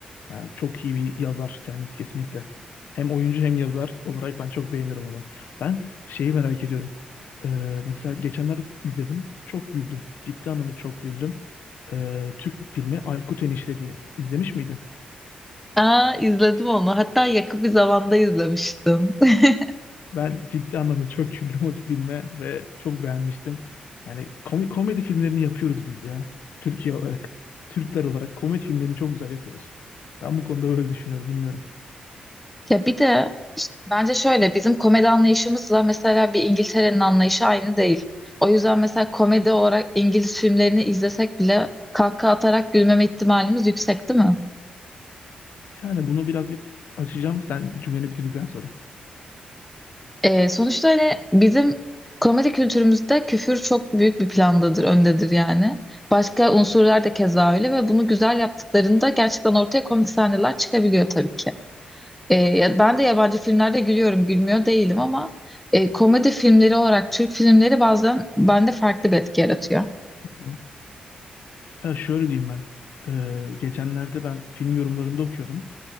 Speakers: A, on the left; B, in the centre.
A: Yani çok iyi bir yazar kendisi kesinlikle. Hem oyuncu hem yazar olarak ben çok beğeniyorum onu. Ben şeyi merak ediyorum. Ee, mesela geçenler izledim. Çok güldüm. Ciddi anlamda çok güldüm. Ee, Türk filmi Aykut Enişte diye. İzlemiş miydin?
B: Aa, izledim onu. Hatta yakın bir zamanda izlemiştim. <laughs>
A: Ben ciddi anlamda çok <laughs> güldüm o filme ve çok beğenmiştim. Yani komi- komedi filmlerini yapıyoruz biz ya. Türkiye olarak, Türkler olarak komedi filmlerini çok güzel yapıyoruz. Ben bu konuda böyle düşünüyorum, bilmiyorum.
B: Ya bir de bence şöyle bizim komedi anlayışımızla mesela bir İngiltere'nin anlayışı aynı değil. O yüzden mesela komedi olarak İngiliz filmlerini izlesek bile kahkaha atarak gülmeme ihtimalimiz yüksek değil mi?
A: Yani bunu birazcık açacağım sen cümleni bitirdikten sonra.
B: Ee, sonuçta hani bizim komedi kültürümüzde küfür çok büyük bir plandadır, öndedir yani. Başka unsurlar da keza öyle ve bunu güzel yaptıklarında gerçekten ortaya komik sahneler çıkabiliyor tabii ki. Ee, ya- ben de yabancı filmlerde gülüyorum, gülmüyor değilim ama e, komedi filmleri olarak Türk filmleri bazen bende farklı bir etki yaratıyor.
A: Hı hı. Ya şöyle diyeyim ben. Ee, geçenlerde ben film yorumlarında okuyordum.